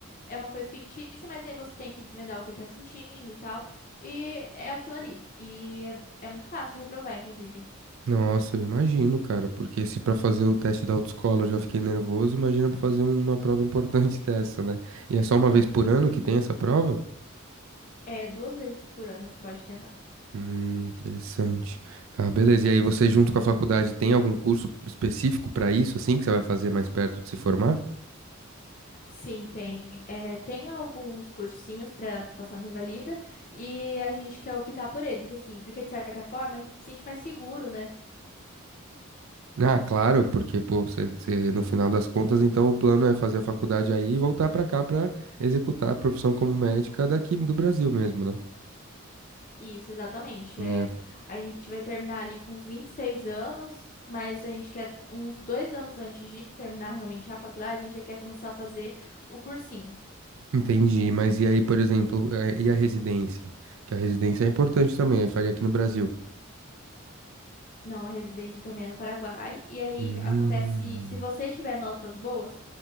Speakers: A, on the left; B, on the right.
A: é uma coisa fictícia, mas aí você tem que desvendar o que ele tá sentindo e tal. E é aquilo ali. E é, é muito fácil de reprovar, inclusive.
B: nossa, eu imagino, cara, porque se pra fazer o teste da autoescola eu já fiquei nervoso, imagina pra fazer uma prova importante <laughs> dessa, né? E é só uma vez por ano que tem essa prova?
A: É duas vezes por ano que pode tentar.
B: Hum, interessante. Tá, beleza. E aí você junto com a faculdade tem algum curso específico para isso, assim, que você vai fazer mais perto de se formar?
A: Sim, tem. É, tem alguns cursinhos para passar no Revalida e a gente quer optar por eles, assim, porque de certa forma a gente se sente mais seguro, né?
B: Ah, claro, porque, pô, você, você- no final das contas, então o plano é fazer a faculdade aí e voltar para cá para executar a profissão como médica daqui do Brasil mesmo, né?
A: Isso, exatamente.
B: É,
A: É, a gente vai terminar ali com uns 26 anos, mas a gente quer uns dois anos antes de terminar realmente a faculdade, a gente já quer começar a fazer o cursinho.
B: entendi. Mas e aí, por exemplo, é, e a residência? Que a residência é importante também, aí faria aqui no Brasil.
A: Não, a residência também é no Paraguai. E aí
B: Hum,
A: acontece, se você tiver notas boas,